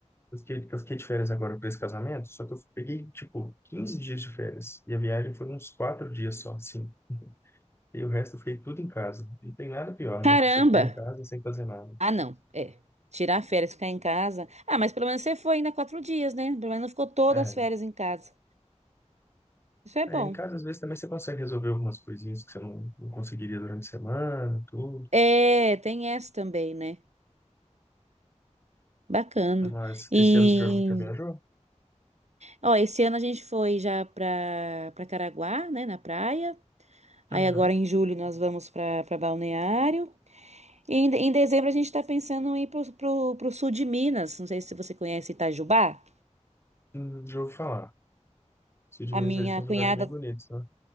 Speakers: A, on the left; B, on the right.
A: Eu fiquei, eu fiquei de férias agora para esse casamento, só que eu peguei, tipo, 15 dias de férias. E a viagem foi uns 4 dias só, assim. E o resto eu fiquei tudo em casa. Não tem nada pior,
B: Caramba!
A: né? Você ficar em casa sem fazer nada.
B: Ah, não. É. Tirar férias, ficar em casa. Ah, mas pelo menos você foi ainda quatro dias, né? Pelo menos não ficou todas
A: É,
B: as férias em casa. Isso é
A: É,
B: bom.
A: em casa às vezes também você consegue resolver algumas coisinhas que você não, não conseguiria durante a semana, tudo.
B: É, tem essa também, né? Bacana.
A: Mas
B: E,
A: esse ano você já, já viajou?
B: ó, esse ano a gente foi já para para Caraguá, né, na praia.
A: Uhum.
B: Aí agora em julho nós vamos para para Balneário. E em, em dezembro a gente está pensando em ir pro, pro, pro sul de Minas. Não sei se você conhece Itajubá.
A: Hum, Já ouvi falar. Sul de
B: A
A: Minas,
B: minha
A: eles têm uns
B: cunhada
A: lugares bem bonitos, né?